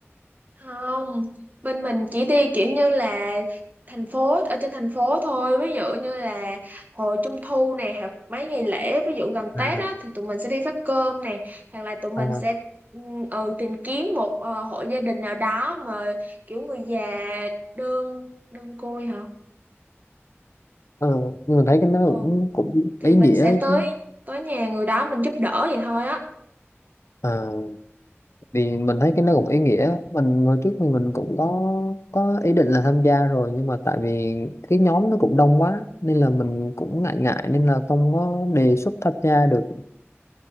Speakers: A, on the right; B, on the left.
A: không bên mình chỉ đi kiểu như là thành phố ở trên thành phố thôi ví dụ như là hồi trung thu này hoặc mấy ngày lễ ví dụ gần Tết
B: à,
A: á thì tụi mình sẽ đi phát cơm nè hoặc là tụi mình
B: à.
A: sẽ ừ, ừ, tìm kiếm một ờ, hộ gia đình nào đó mà kiểu người già đơn đơn côi hả
B: Ờ, nhưng mà thấy cái nó
A: ừ
B: cũng cũng
A: thì
B: ý
A: mình
B: nghĩa
A: sẽ tới
B: chứ
A: tới nhà người đó mình giúp đỡ vậy thôi á
B: Ờ. thì mình thấy cái nó cũng ý nghĩa mình hồi trước thì mình cũng có có ý định là tham gia rồi nhưng mà tại vì cái nhóm nó cũng đông quá nên là mình cũng ngại ngại nên là không có đề xuất tham gia được